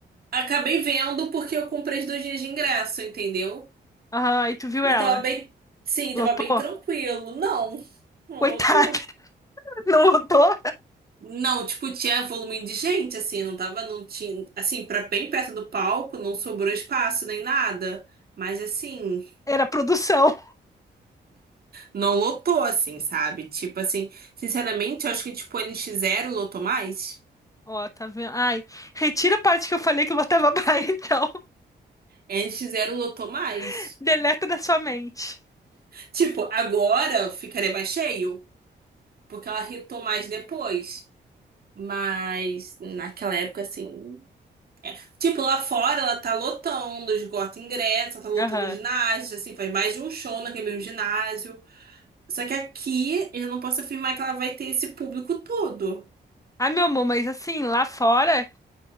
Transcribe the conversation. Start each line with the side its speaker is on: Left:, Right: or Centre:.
Right: acabei vendo porque eu comprei os dois dias de ingresso, entendeu?
Left: Aham, e tu viu
Right: E
Left: ela?
Right: tava bem... Sim, tava
Left: Lotou?
Right: bem tranquilo. Não, não
Left: Coitada,
Right: lotou.
Left: <laughs> não lotou?
Right: Não, tipo, tinha volume de gente, assim, não tava, não tinha, assim, pra bem perto do palco, não sobrou espaço nem nada. Mas, assim,
Left: Era produção.
Right: não lotou, assim, sabe? Tipo, assim, sinceramente, eu acho que, tipo, o N nx zero lotou mais.
Left: Ó, tá vendo? Ai, retira a parte que eu falei que eu botava baia, então.
Right: N nx zero lotou mais.
Left: <laughs> Deleta da sua mente.
Right: Tipo, agora ficaria mais cheio, porque ela hitou mais depois. Mas, naquela época, assim. Tipo, lá fora ela tá lotando, esgota ingresso, ela tá lotando
Left: Aham.
Right: o ginásio, assim, faz mais de um show naquele mesmo ginásio. Só que aqui eu não posso afirmar que ela vai ter esse público todo.
Left: ah meu amor, mas assim, lá fora,